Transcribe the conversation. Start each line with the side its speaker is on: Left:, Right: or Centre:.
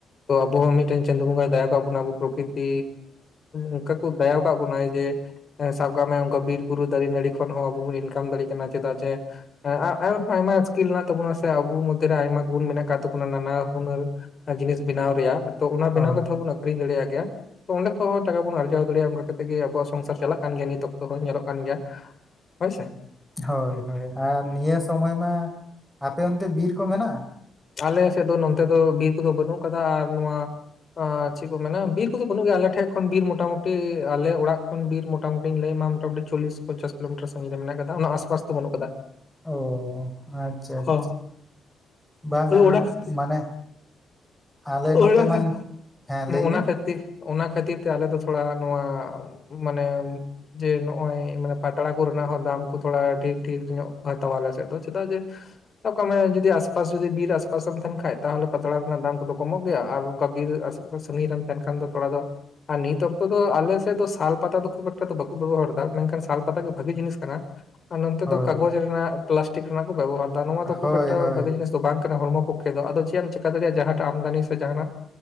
Left: ᱛᱚ ᱟᱵᱚ ᱦᱚᱸ ᱢᱤᱫᱴᱮᱱ ᱪᱟᱸᱫᱳ ᱵᱚᱸᱜᱟᱭ ᱫᱟᱭᱟ ᱠᱟᱫ ᱵᱚᱱᱟ ᱟᱵᱚ ᱯᱨᱚᱠᱨᱤᱛᱤ ᱚᱱᱠᱟ ᱠᱚ ᱫᱟᱭᱟᱣᱠᱟᱫ ᱵᱚᱱᱟᱭ ᱡᱮ ᱥᱟᱵ ᱠᱟᱜ ᱢᱮ ᱚᱱᱠᱟ ᱵᱤᱨ ᱵᱩᱨᱩ ᱫᱟᱨᱮ ᱱᱟᱹᱲᱤ ᱠᱷᱚᱱ ᱦᱚᱸ ᱟᱵᱚ ᱵᱚᱱ ᱤᱱᱠᱟᱢ ᱫᱟᱲᱮᱭᱟᱜ ᱠᱟᱱᱟ ᱪᱮᱫᱟᱜ ᱡᱮ <unintelligible> ᱟᱭᱢᱟ ᱥᱠᱤᱞ ᱢᱮᱱᱟᱜ ᱛᱟᱵᱚᱱᱟ ᱟᱵᱚ ᱢᱚᱫᱽᱫᱷᱮ ᱨᱮ ᱟᱭᱢᱟ ᱜᱩᱱ ᱢᱮᱱᱟᱜ ᱟᱠᱟᱫ ᱛᱟᱵᱚᱱᱟ ᱱᱟᱱᱟ ᱦᱩᱱᱟᱹᱨ ᱡᱤᱱᱤᱥ ᱵᱮᱱᱟᱣ ᱨᱮᱭᱟᱜ ᱛᱚ ᱚᱱᱟ
Centre: ᱦᱳᱭ
Left: ᱵᱮᱱᱟᱣ ᱠᱟᱛᱮ ᱦᱚᱸ ᱵᱚᱱ ᱟᱠᱷᱨᱤᱧ ᱫᱟᱲᱮᱭᱟᱜ ᱜᱮᱭᱟ ᱛᱚ ᱚᱸᱰᱮ ᱠᱷᱚᱜ ᱦᱚᱸ ᱴᱟᱠᱟ ᱵᱚᱱ ᱟᱨᱡᱟᱣ ᱫᱟᱲᱮᱭᱟᱜᱼᱟ ᱚᱱᱠᱟ ᱠᱟᱛᱮᱜ ᱜᱮ ᱟᱵᱚᱣᱟᱜ ᱥᱚᱝᱥᱟᱨ ᱪᱟᱞᱟᱜ ᱠᱟᱱ ᱜᱮᱭᱟ ᱱᱤᱛ ᱚᱠᱛᱚ ᱦᱚᱸ ᱧᱮᱞᱚᱜ ᱠᱟᱱ ᱜᱮᱭᱟ ᱦᱳᱭ ᱥᱮ
Centre: ᱦᱳᱭ ᱦᱳᱭ ᱟᱨ ᱱᱤᱭᱟᱹ ᱥᱚᱢᱚᱭ ᱢᱟ ᱟᱯᱮ ᱚᱱᱛᱮ ᱵᱤᱨ ᱠᱚ ᱢᱮᱱᱟᱜᱼᱟ
Left: ᱟᱞᱮ ᱥᱮᱫ ᱫᱚ ᱱᱚᱱᱛᱮ ᱫᱚ ᱵᱤᱨ ᱠᱚᱫᱚ ᱵᱟᱹᱱᱩᱜ ᱠᱟᱫᱟ ᱟᱨ ᱱᱚᱣᱟ ᱪᱮᱫ ᱠᱚ ᱢᱮᱱᱟ ᱵᱤᱨ ᱠᱚᱫᱚ ᱵᱟᱹᱱᱩᱜ ᱜᱮᱭᱟ ᱟᱞᱮ ᱴᱷᱮᱡ ᱠᱷᱚᱱ ᱵᱤᱨ ᱢᱚᱴᱟ ᱢᱩᱴᱤ ᱟᱞᱮ ᱚᱲᱟᱜ ᱠᱷᱚᱱ ᱵᱤᱨ ᱢᱚᱴᱟ ᱢᱩᱴᱤᱧ ᱞᱟᱹᱭ ᱟᱢᱟ ᱢᱚᱴᱟ ᱢᱩᱴᱤ ᱪᱚᱞᱞᱤᱥ ᱯᱚᱧᱪᱟᱥ ᱠᱤᱞᱳᱢᱤᱴᱟᱨ ᱥᱟᱺᱜᱤᱧ ᱨᱮ ᱢᱮᱱᱟᱜ ᱠᱟᱫᱟ ᱚᱱᱟ ᱟᱥᱯᱟᱥ ᱫᱚ ᱵᱟᱹᱱᱩᱜ ᱟᱠᱟᱫᱟ
Centre: ᱚ ᱟᱪᱷᱟ ᱟᱪᱷᱟ
Left: ᱚ
Centre: ᱵᱟᱝᱟ
Left: ᱟᱫᱚ ᱚᱱᱟ ᱠᱷᱟᱹᱛᱤᱨ
Centre: ᱢᱟᱱᱮ ᱟᱞᱮ ᱱᱚᱛᱮ
Left: ᱚᱱᱟ ᱠᱷᱟᱹ
Centre: ᱢᱟᱱ ᱦᱮᱸ
Left: ᱚᱱᱟ
Centre: ᱞᱟᱹᱭᱵᱤᱱ
Left: ᱠᱷᱟᱹᱛᱤᱨ ᱚᱱᱟ ᱠᱷᱟᱹᱛᱤᱨ ᱛᱮ ᱟᱞᱮ ᱫᱚ ᱛᱷᱚᱲᱟ ᱱᱚᱣᱟ ᱢᱟᱱᱮ ᱡᱮ ᱱᱚᱜᱼᱚᱭ ᱢᱟᱱᱮ ᱯᱟᱛᱲᱟ ᱠᱚᱨᱮᱱᱟᱜ ᱦᱚᱸ ᱫᱟᱢ ᱠᱚ ᱛᱷᱚᱲᱟ ᱰᱷᱤᱨ ᱰᱷᱤᱨ ᱧᱚᱜ ᱠᱚ ᱦᱟᱛᱟᱣᱟ ᱟᱞᱮ‌ᱥᱮᱫ ᱫᱚ ᱪᱮᱫᱟᱜ ᱡᱮ ᱥᱟᱵ ᱠᱟᱜ ᱢᱮ ᱡᱩᱫᱤ ᱟᱥᱯᱟᱥ ᱡᱩᱫᱤ ᱵᱤᱨ ᱟᱥᱯᱟᱥᱮᱢ ᱛᱟᱦᱮᱱ ᱠᱷᱟᱡ ᱛᱟᱦᱚᱞᱮ ᱯᱟᱛᱲᱟ ᱨᱮᱱᱟᱜ ᱫᱟᱢ ᱠᱚ ᱫᱚ ᱠᱚᱢᱚᱜ ᱜᱮᱭᱟ ᱟᱨ ᱚᱱᱠᱟ ᱵᱤᱨ <unintelligible> ᱥᱟᱺᱜᱤᱧ ᱨᱮᱢ ᱛᱟᱦᱮᱱ ᱠᱷᱟᱱ ᱫᱚ ᱛᱷᱚᱲᱟ ᱫᱚ ᱟᱨ ᱱᱤᱛ ᱚᱠᱛᱚ ᱫᱚ ᱟᱞᱮᱥᱮᱫ ᱫᱚ ᱥᱟᱞ ᱯᱟᱛᱟ ᱫᱚ ᱠᱷᱩᱵ ᱮᱠᱴᱟ ᱫᱚ ᱵᱟᱠᱚ ᱵᱮᱵᱚᱦᱟᱨ ᱫᱟ ᱢᱮᱱᱠᱷᱟᱱ ᱥᱟᱞ ᱯᱟᱛᱟ ᱜᱮ ᱵᱷᱟᱜᱤ ᱡᱤᱱᱤᱥ ᱠᱟᱱᱟ ᱟᱨ ᱱᱚᱱᱛᱮ
Centre: ᱦᱳᱭ
Left: ᱫᱚ ᱠᱟᱜᱚᱡᱽ ᱨᱮᱱᱟᱜ ᱯᱞᱟᱥᱴᱤᱠ ᱨᱮᱱᱟᱜ ᱠᱚ ᱵᱮᱵᱚᱦᱟᱨ ᱫᱟ ᱱᱚᱶᱟ ᱫᱚ ᱠᱷᱩᱵ
Centre: ᱦᱳᱭ
Left: ᱮᱠᱴᱟ
Centre: ᱦᱳᱭ
Left: ᱵᱷᱟᱜᱤ ᱡᱤᱱᱤᱥ ᱛ ᱵᱟᱝ ᱠᱟᱱᱟ ᱦᱚᱲᱢᱚ ᱯᱚᱠᱠᱷᱮ ᱫᱚ ᱟᱫᱚ ᱪᱮᱫ ᱮᱢ ᱪᱮᱤᱠᱟᱹ ᱫᱟᱲᱮᱭᱟᱜᱼᱟ ᱡᱟᱦᱟᱸᱴᱟᱜ ᱟᱢᱫᱟᱱᱤ ᱥᱮ ᱡᱟᱦᱟᱱᱟᱜ